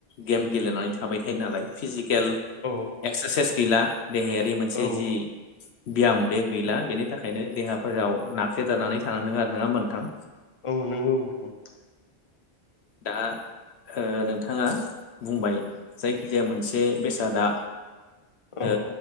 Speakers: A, on the left (about 75°); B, on the left (about 30°).
A: गेम गेलेनानै थाबाय थायो नालाय फिजिक केल
B: औ
A: एक्सारसाइस गैला देहायारि मोनसे
B: औ
A: जि बियाम बे गैला बेनि थाखायनो देहाफोराव नाख्रेजानानै थानांदों आरो
B: औ नोंगौ नोंथां
A: दा ओ नोंथाङा बुंबाय जायखिजाया मोनसे बेसादा
B: औ
A: ओ